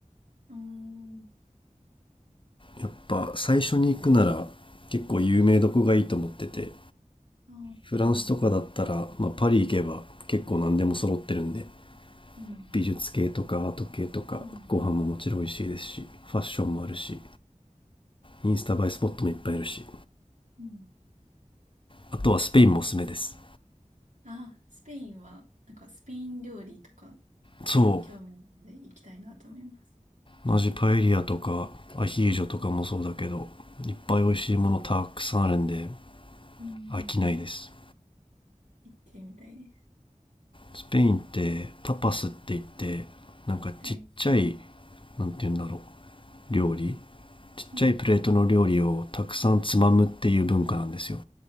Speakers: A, on the right; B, on the left.
A: <laughs> おー、
B: やっぱ最初に行くなら結構有名どこがいいと思ってて
A: あー
B: フランスとかだったら、まあ、パリ行けば結構何でも揃ってるんで
A: うん。
B: 美術系とかアート系とかご飯ももちろん美味しいですしファッションもあるし
A: うん。
B: インスタ映えスポットもいっぱいあるし
A: うん。
B: あとはスペインもおすすめです
A: あ、スペインは、なんかスペイン料理とか
B: そ
A: 興味あるので行きたいなと思います。
B: う同じパエリアとかアヒージョとかもそうだけどいっぱい美味しいものたくさんあるんで
A: うん、
B: 飽きないです
A: 行ってみたいです。
B: スペインってタパスって言ってなんかちっちゃい
A: はい。
B: なんて言うんだろう料理ちっちゃいプレートの料理をたくさんつまむっていう文化なんですよ
A: うん、